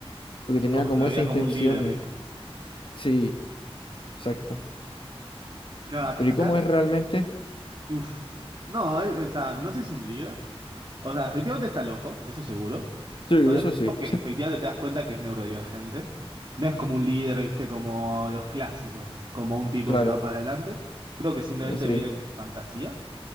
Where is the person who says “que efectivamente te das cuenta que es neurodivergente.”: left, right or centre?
Right